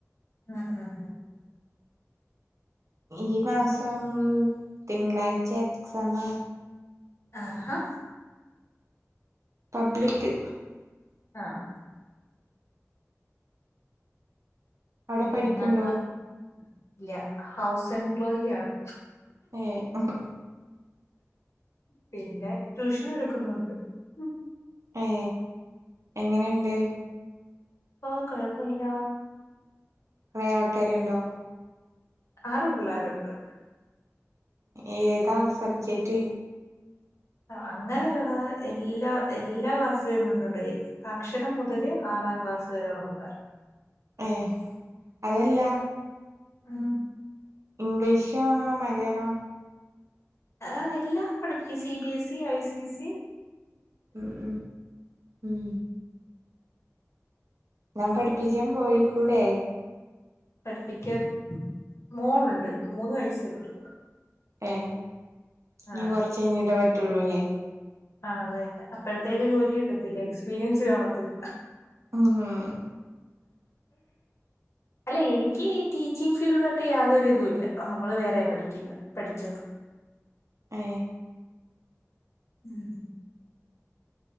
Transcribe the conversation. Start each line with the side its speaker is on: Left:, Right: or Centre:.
Left: ആ ആ ആ
Right: ഈമാസം തിങ്കളാഴ്ച എക്സാമാണ്
Left: ആഹാ
Right: പബ്ലിക്ക്
Left: ആം
Right: അവിടെ
Left: പിന്നെന്താ
Right: പഠിക്ക്ണ്ടോ
Left: ഇല്ല ഹൗസ് എംപ്ലോയിയാണ്
Right: ഏ ഒഹ്
Left: പിന്നെ ട്യൂഷനും എടുക്കുന്നുണ്ട് ഉം
Right: ഏ എങ്ങനെയൊണ്ട്
Left: ഓ കൊഴപ്പമില്ല
Right: കൊറെ ആൾക്കാരുണ്ടോ
Left: ആറു പുള്ളേരൊണ്ട്
Right: ഏതാ സബ്ജെക്റ്റ്
Left: അങ്ങനെയല്ലെടാ എല്ലാ എല്ലാ ക്ലാസ്സിലും നിന്നൊണ്ട് അക്ഷരം മുതല് ആറാം ക്ലാസ് വരെയുള്ള പുള്ളേര്
Right: ഏ അയല്ലാ
Left: ആം
Right: ഇംഗ്ലീഷാണോ മലയാളം
Left: ആ എല്ലാംപഠിപ്പിക്കും C B S E, I C S C
Right: ഉം ഉ ഉം ഞാൻ പഠിപ്പിച്ചാൻ പോയിക്കൂടെ
Left: പഠിപ്പിക്കാൻ മോളുണ്ട് മൂന്നുവയസ്സേയൊള്ളൂ
Right: ഏ
Left: ആ
Right: ഇനി കൊറച്ചുകഴിഞ്ഞിട്ടെ പറ്റുള്ളൂല്ലേ
Left: ആ അതുതന്നെ അപ്പഴത്തേക്കും ജോലി കിട്ടത്തില്ലേ എക്സ്പീരിയൻസ് കാണത്തില്ല
Right: ഉം
Left: അല്ല എനിക്കീ ടീച്ചിങ് ഫീൽഡുമായിട്ട് യാതൊരു ഇതുമില്ല നമ്മള് വേറെയാ പഠിക്കുന്നെ പഠിച്ചത്
Right: ഏ
Left: ഉം